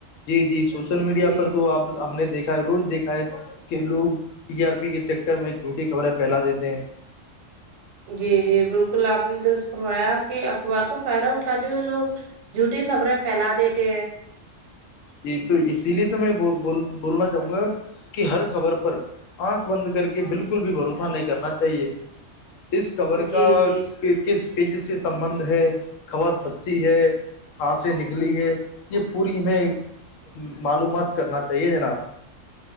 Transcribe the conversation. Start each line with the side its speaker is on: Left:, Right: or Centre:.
Left: جی جی سوشل میڈیا
Right: جی
Left: پر تو آپ ہم نے دیکھا ہے روز دیکھا ہے کہ لوگ ٹی آر پی کے چکر میں جھوٹی خبریں پھیلا دیتے ہیں
Right: جی جی بالکل آپ نے درست فرمایا کہ اخبار کو فائدہ اٹھاتے ہوئے لوگ جھوٹی خبریں پھیلا دیتے ہیں
Left: جی تو اسی لیے تو میں بول بولنا چاہوں گا کی ہر خبر پر آنکھ بند کر کے بالکل بھی بھروسہ نہیں کرنا چاہیے اس خبر
Right: جی
Left: کا
Right: جی
Left: کس پیج سے سنبھند ہے خبر سچی ہے کہاں سے نکلی ہے یہ پوری میں معلومات کرنا چاہیے جناب